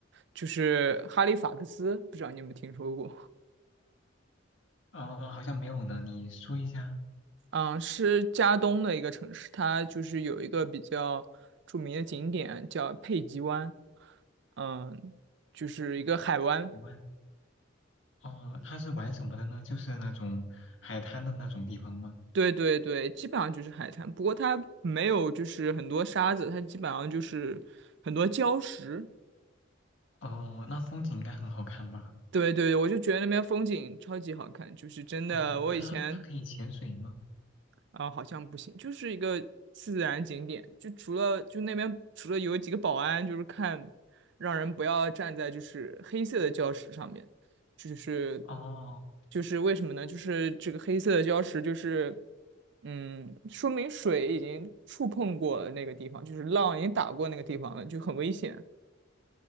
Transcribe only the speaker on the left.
哦，好像没有呢，你说一下。
你问。哦，他是玩什么的呢？就是那种海滩的那种地方吗？
哦，那风景应该很好看吧？
哦，
那他那他可以潜水吗？
哦，